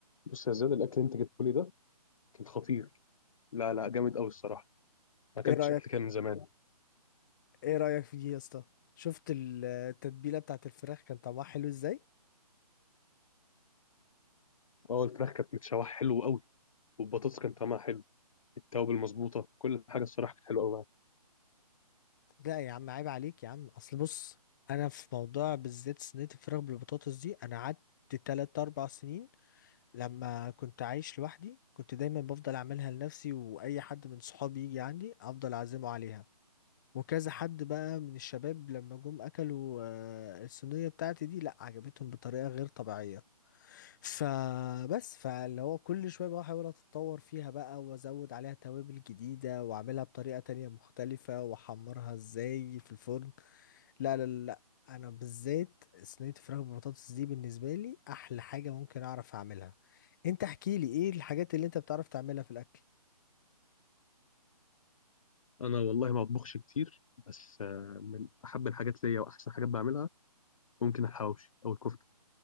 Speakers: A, on the left; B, on the left.
A: بص يا زياد الاكل اللي انت جبته لي ده كان خطير لا لا جامد قوي الصراحه ما اكلتش
B: ايه رأيك
A: اكل كده من زمان
B: ايه رأيك في دي يا اسطى شفت ال- التتبيلة بتاعت الفراخ كان طعمها حلو ازاي
A: اه الفراخ كانت متشوحه حلو قوي والبطاطس كان طعمها حلو التوابل المظبوطه كل حاجه الصراحه كانت حلوه قوي معاك.
B: لا يا عم عيب عليك يا عم اصل بص انا في موضوع بالذات صينية الفراخ بالبطاطس دي انا قعدت تلات اربع سنين لما كنت عايش لوحدي كنت دايما بفضل اعملها لنفسي واي حد من صحابي يجي عندي افضل اعزمه عليها وكذا حد بقى من الشباب لما جم اكلوا آه، الصينية بتاعتي دي لا عجبتهم بطريقة غير طبيعية فبس فاللي هو كل شوية بقى احاول اتطور فيها بقى وازود عليها توابل جديدة واعملها بطريقة تانية مختلفة واحمرها ازاي في الفرن لا لا لا لا. انا بالذات صينية الفراخ بالبطاطس دي بالنسبة لي احلى حاجة ممكن اعرف اعملها انت احكي لي ايه الحاجات اللي انت بتعرف تعملها في الاكل
A: انا والله ما بطبخش كتير بس آه، من احب الحاجات ليا واحسن حاجات بعملها ممكن الحواوشي او الكفته